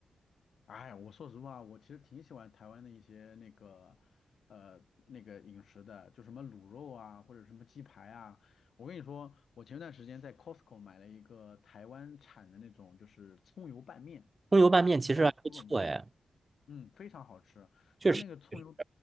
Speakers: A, on the left (about 75°); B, on the right (about 30°).
A: 哎，我说实话，我其实挺喜欢台湾的一些那个，呃，那个饮食的，就什么卤肉啊，或者什么鸡排啊。我跟你说，我前段时间在 Costco 买了一个台湾产的那种，就是葱油拌面，
B: 葱油拌面，其实还不错哎。
A: 不知道你吃过没有？嗯，非常好吃。它那个葱油，
B: 确实，确实